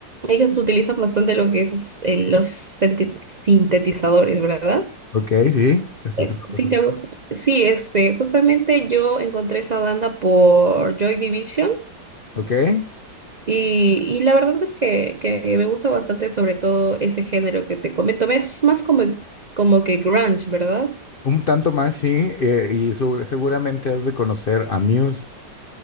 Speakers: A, on the right; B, on the left.
A: ellos utilizan bastante lo que es es, eh, los senti- sintetizadores, ¿verdad?
B: ok, sí, estás
A: Eh,
B: en lo correcto.
A: Sí, te gusta. Sí, es, eh, justamente yo encontré esa banda por Joy Division
B: Ok, de-
A: y, y la verdad es que, que me gusta bastante sobre todo ese género que te comento. Es más como, como que grunge, ¿verdad?
B: un tanto más, sí, eh, y su- seguramente has de conocer a Muse.